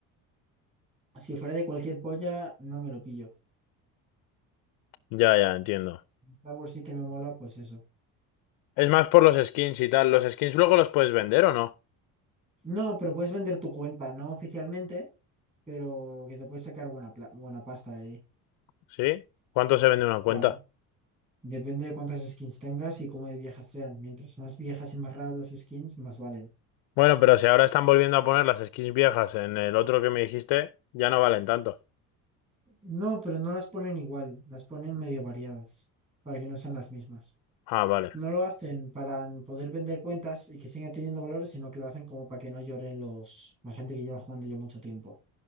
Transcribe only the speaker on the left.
Ya, ya, entiendo.
Es más por los skins y tal. ¿Los skins luego los puedes vender o no?
¿Sí? ¿Cuánto se vende una cuenta?
Bueno, pero si ahora están volviendo a poner las skins viejas en el otro que me dijiste, ya no valen tanto.
Ah, vale.